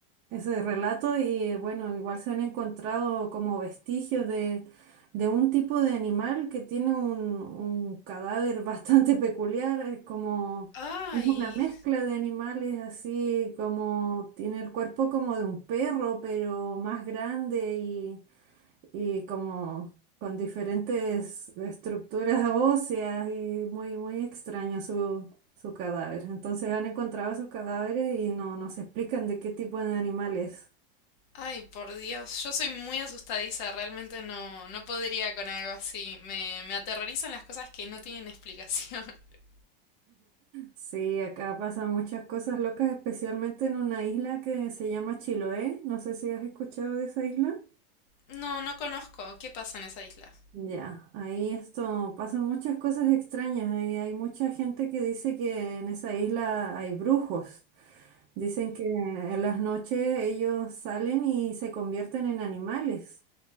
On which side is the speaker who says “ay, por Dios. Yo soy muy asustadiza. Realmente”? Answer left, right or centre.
Left